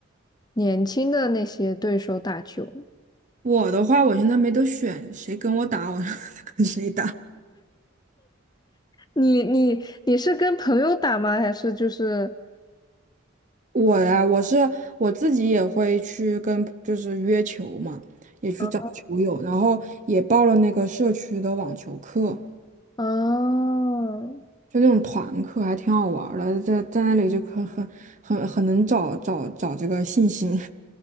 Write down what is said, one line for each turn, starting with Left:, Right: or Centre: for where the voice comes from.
Left: 年轻的那些对手打球？
Right: 我的话，我现在没得选，谁跟我打，我 <laughs> 跟谁打。
Left: 你你你是跟朋友打吗？还是就是
Right: 我呀，我是我自己也会去跟，就是约球嘛，也去找球友，
Left: 啊
Right: 然后也报了那个社区的网球课，
Left: 哦，
Right: 就那种团课，还挺好玩儿的，在在那里就很很很很能找找找这个信心。